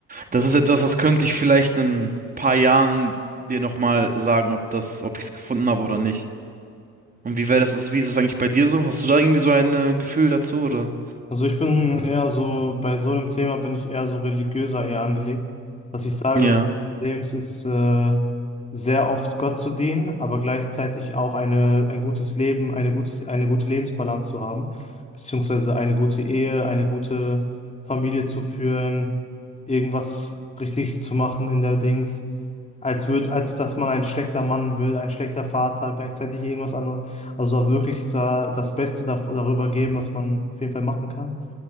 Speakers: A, on the right; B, on the left.
A: Das ist etwas, das könnte ich vielleicht in ein paar Jahren dir nochmal sagen, ob das, ob ich es gefunden habe oder nicht. Und wie wäre das, ist- wie ist es eigentlich bei dir so? Hast du da irgendwie so ein äh, Gefühl dazu, oder?
B: Also ich bin eher so, bei so einem Thema bin ich eher so religiöser eher angelegt, dass ich sage,
A: Ja.
B: das Leben ist äh, sehr oft Gott zu dienen, aber gleichzeitig auch eine, ein gutes Leben, eine gutes, eine gute Lebensbalance zu haben, beziehungsweise eine gute Ehe, eine gute Familie zu führen, irgendwas richtig zu machen in der Dings, als wird, als dass man ein schlechter Mann wird, ein schlechter Vater, gleichzeitig irgendwas anderes. Also da wirklich da das Beste da, darüber geben, was man auf jeden Fall machen kann.